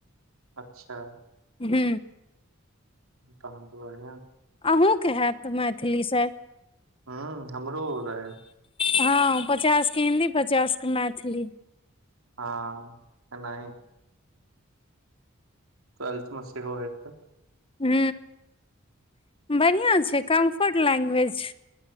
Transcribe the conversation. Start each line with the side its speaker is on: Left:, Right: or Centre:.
Right: अच्छा
Left: हू
Right: तहन तऽ बढ़िया
Left: अहूँके हैत मैथिलीसँ
Right: हु हमरो ओ रहे
Left: हँ पचासके हिन्दी पचास के मैथिली
Right: हँ एना टेल्थ मे सेहो हेतै
Left: ह बढ़िआ छै कम्फर्ट लैंग्वेज